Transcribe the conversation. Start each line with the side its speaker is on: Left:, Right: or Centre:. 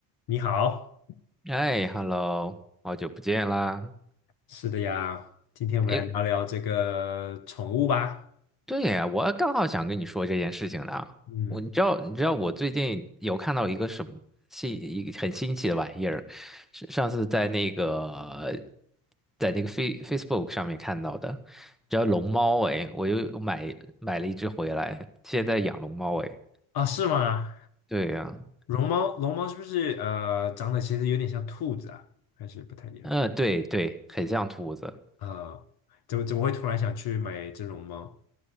Left: 你好，
Centre: 哎，hello，好久不见啦！
Left: 是的呀，今天我们来聊聊这个宠物吧。
Centre: 哎，对呀，我刚好想跟你说这件事情呢。
Left: 嗯，
Centre: 我你知道，你知道我最近有看到一个什么新一个很新奇的玩意儿，是上次在那个在那个 Face Facebook 上面看到的，叫龙猫哎，我又买买了一只回来，现在养龙猫哎。
Left: 啊，是吗？
Centre: 对呀，
Left: 绒猫，龙猫是不是呃长得其实有点像兔子啊？还是不太一样？
Centre: 嗯，对对，很像兔子。
Left: 啊，怎么怎么会突然想去买这绒猫？